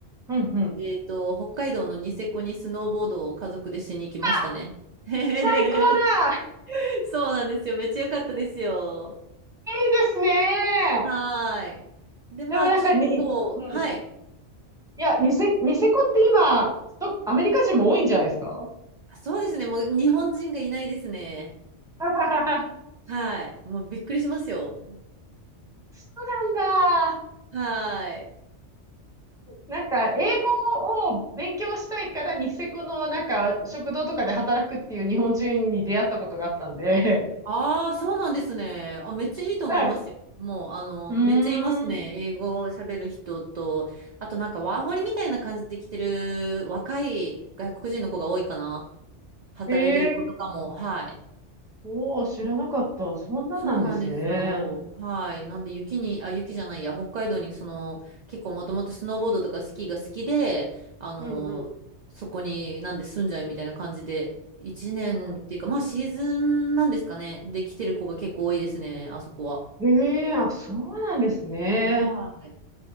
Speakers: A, in the centre; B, on the right.
A: うん、うん。
B: で、えっと、北海道のニセコにスノーボードを家族でしに行きましたね。
A: あ、
B: <laughs>
A: 最高だ。い
B: そうなんですよ。めっちゃ良かったですよ。
A: いですね。
B: はい。で、まあ、
A: でもなんかに、
B: ちょっと、
A: うん。
B: はい。
A: いや、ニセ、ニセコって今、どアメリカ人も多いんじゃないですか
B: あそうですね。もう日本人がいないですね。
A: <laughs>
B: はい。もうびっくりしますよ。
A: そうなんだ。
B: はい。
A: なんか、英語を勉強したいから、ニセコのなんか、食堂とかで働くっていう日本人に出会ったことがあったんで。
B: ああ、そうなんですね。あ、めっちゃいいと思いますよ。
A: <laughs> はい。
B: もう、あの、
A: うーん。
B: めっちゃいますね。英語を喋る人と、あとなんかワーホリみたいな感じで来てる若い外国人の子が多いかな。働いてる子とかも。
A: ええ
B: はい。
A: おおー、知らなかった。そんななんですね。
B: そうなんですよ。はい。なんで雪に、あ、雪じゃないや、北海道にその、結構もともとスノーボードとかスキーが好きで、あの、
A: うんうん。うん
B: そこになんで住んじゃいみたいな感じで、一年っていうか、
A: う
B: まあシーズンなんですかね。で来てる子が結構多いですね、あそこは。
A: んええあ、そうなんですね。
B: はい。